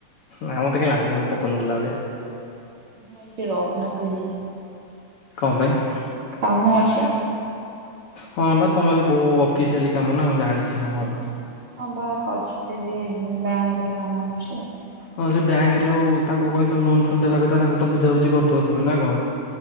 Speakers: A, on the left; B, on the right.
A: ନା ମୋତେ କହିଁ ଲାଗୁନି ପପନ ଦେଲା ଭଳିଆ।
B: ହଁ ଏଠି ରଗୁନାଥ ବ ଯିବି।
A: କଣ ପାଇଁ?
B: କାମ ଅଛି।
A: ହଁ ବା ତମର ବି ବହୁ ଅଫିସିଆଲି କାମ ନା ମୁଁ ଜାଣିଛି ହଁ।
B: ହଁ ବା ଅଛି ସେ ବ୍ୟାଙ୍କରେ କାମ ଅଛି।
A: ହଁ ସେ ବ୍ୟାଙ୍କ ରେ ଆଉ ତାଙ୍କୁ କହିଲ ଲୋନ ଫୋନ୍ ଦେବା କଥା ତାଙ୍କୁ ତ ବୁଝାାବୁଝି କରିଦବ ତମେ ନା କଣ?